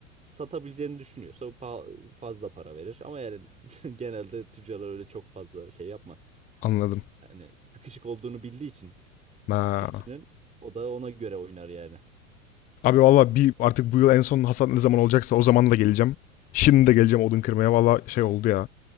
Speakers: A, on the right; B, on the left.
A: satabileceğini düşünüyorsa pa- fazla para verir. Ama yani <laughs> genelde tüccarlar öyle çok fazla şey yapmaz.
B: Anladım.
A: Yani sıkışık olduğunu bildiği için
B: Ha.
A: çiftçinin o da ona göre oynar yani.
B: Abi valla bir artık bu yıl en son hasat ne zaman olacaksa o zaman da geleceğim. Şimdi de geleceğim odun kırmaya. Valla şey oldu ya.